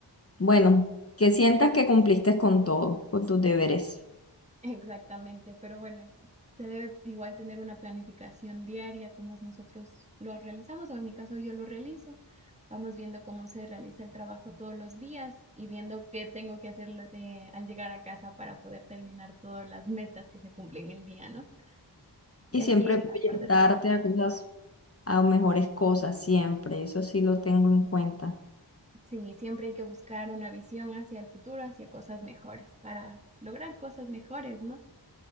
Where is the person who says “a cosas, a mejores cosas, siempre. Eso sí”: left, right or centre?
Left